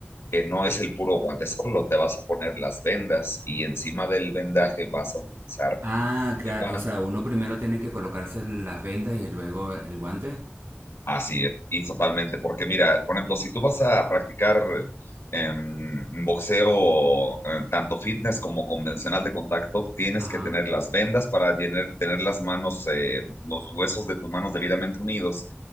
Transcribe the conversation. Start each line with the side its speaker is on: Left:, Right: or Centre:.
Left: que no es el puro guante solo, te vas a poner las vendas y encima del vendaje vas a utilizar
Right: Ah, claro,
Left: el guante.
Right: o sea, uno primero tiene que colocarse las vendas y luego el guante.
Left: Así es, y totalmente, porque mira, por ejemplo, si tú vas a practicar em, boxeo, eh, tanto fitness como convencional de contacto, tienes
Right: Ajá.
Left: que tener las vendas para llenar- tener las manos, eh, los huesos de tus manos debidamente unidos.